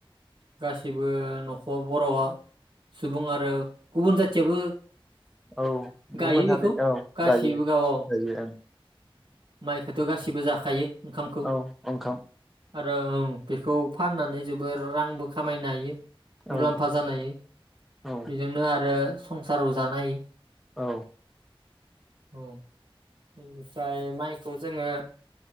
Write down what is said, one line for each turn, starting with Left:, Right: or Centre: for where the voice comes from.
Right: गासिबो नखर बरआ सुबुं आरो गुबुन जाथियाबो।
Centre: औ
Right: गायो
Centre: गुबुन
Right: बेखौ
Centre: हारि औ
Right: गासिबो
Centre: गायो-गायो
Right: गावआव
Centre: ओं
Right: माइखौथ गासिबो जाखायो। ओंखामखौ
Centre: औ ओंखाम
Right: आरो ओं बेखौ फाननानै जोबोर रांबो खामायनो हायो।
Centre: औ
Right: मुलाम्फा जानाय
Centre: औ
Right: बेजोंनो आरो। संसार बो जानो हायो।
Centre: औ
Right: औ बेनिफ्राय माइखौ जोङो।